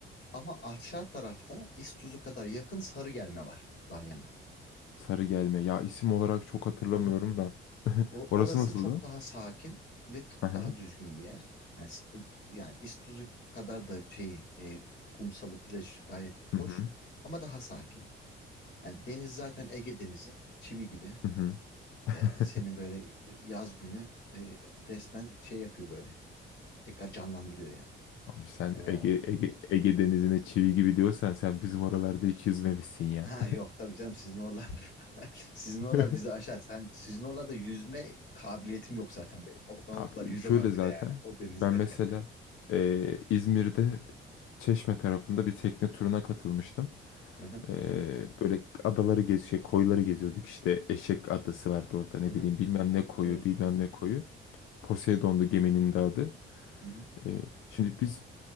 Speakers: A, on the left; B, on the left.
A: Ama aşağı tarafta İztuzu kadar yakın Sarıgelme var Dalyan'a.
B: Sarı gelme. Ya isim olarak çok hatırlamıyorum
A: Hı hı.
B: da. <laughs>
A: O,
B: Orası
A: orası
B: nasıldı?
A: çok daha sakin ve çok
B: Hı hı.
A: daha düzgün bir yer. Yani, s- yani İztuzu kadar da şeyi e, kumsalı plajı gayet
B: Hı
A: hoş
B: hı.
A: ama daha sakin. Yani deniz zaten Ege Denizi çivi gibi.
B: Hı hı. <laughs>
A: E, seni böyle e, yaz günü e, resmen şey yapıyor böyle. Tekrar canlandırıyor
B: Abi sen
A: yani.
B: Ege, Ege, Ege Denizi'ne çivi gibi diyorsan sen bizim oralarda hiç yüzmemişsin ya.
A: Ha yok tabii canım sizin oralar <laughs> sizin
B: <laughs>
A: oralar bizi aşar. Sen sizin oralarda yüzme kabiliyetim yok zaten benim. O, ben o
B: Abi
A: kadar yüzemem
B: şöyle zaten
A: bile yani o denizde.
B: ben mesela
A: <laughs>
B: eee, İzmir'de Çeşme tarafında bir tekne turuna katılmıştım.
A: Hı hı.
B: Eee, böyle adaları gez, şey, koyları geziyorduk. İşte Eşek Adası vardı orada ne
A: Hı hı.
B: bileyim bilmem ne koyu
A: Evet.
B: bilmem ne koyu. Poseidon'du geminin de adı.
A: Hı hı.
B: Eee, şimdi biz